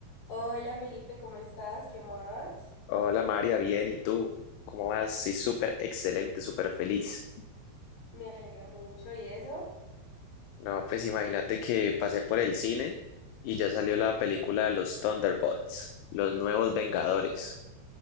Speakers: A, on the left; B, on the left.
A: Hola Felipe, ¿cómo estás? ¿Qué más?
B: Hola María, bien, ¿y tú? ¿Cómo vas? Soy súper excelente, súper feliz.
A: Me alegra mucho. ¿Y eso?
B: No, pues imagínate que pasé por el cine y ya salió la película de los Thunderbolts, los nuevos Vengadores.